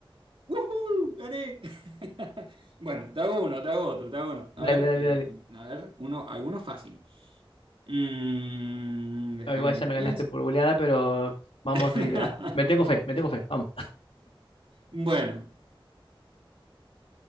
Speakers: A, on the right; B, on the left.
A: ¡Woohoo! ¡Gané! <laughs> Bueno, te hago uno, te hago otro, te hago uno. A
B: Dale,
A: ver,
B: dale,
A: eh,
B: dale.
A: a ver, uno, alguno fácil. Mm, déjame
B: No, igual ya
A: que
B: me ganaste
A: piense.
B: por goleada, pero vamos
A: <laughs>
B: a ir a... Me tengo fe, me tengo fe, vamos.
A: Bueno,